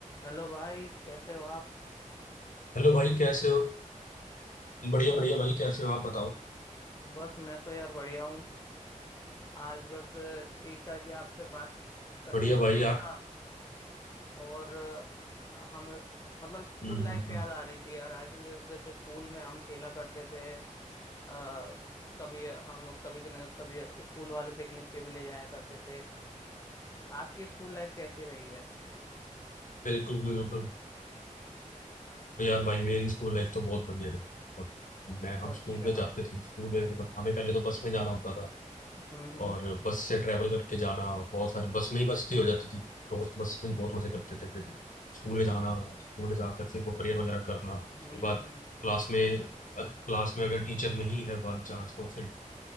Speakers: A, on the left; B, on the left.
A: Hello भाई कैसे हो आप
B: Hello भाई कैसे हो बढ़िया
A: बस
B: बढ़िया भाई कैसे हो आप बताओ
A: बस मैं तो यार बढ़िया हूँ आज बस अ, यही था कि आपसे बात करने
B: बढ़िया
A: का
B: भाई
A: मन
B: यार
A: था और अ, हम मतलब स्कूल
B: हम्म
A: लाइफ
B: हम्म
A: याद
B: हम्म,
A: आ रही थी यार आज जै- जैसे स्कूल में हम खेला करते थे आ, कभी हम कभी न- कभी स्कूल वाले पिकनिक पे भी ले जाया करते थे आपकी स्कूल लाइफ कैसी रही है
B: बिल्कुल बिल्कुल तो यार भाई मेरी स्कूल लाइफ तो बहुत बढ़िया रही है मतलब मैं हम
A: अच्छा
B: स्कूल में जाते थे स्कूल में मतलब हमें पहले तो बस में जाना होता था
A: हम्म हम्म
B: और बस से ट्रैवल करके जाना बहुत सारी बस में ही मस्ती हो जाती थी दोस्त बस में बहुत मजे करते थे फिर स्कूल में जाना स्कूल में जाकर फिर वो प्रेयर वगैरह करना उसके
A: हम्म
B: बाद क्लास में क्लास में अगर टीचर नहीं है बाई चांस तो फिर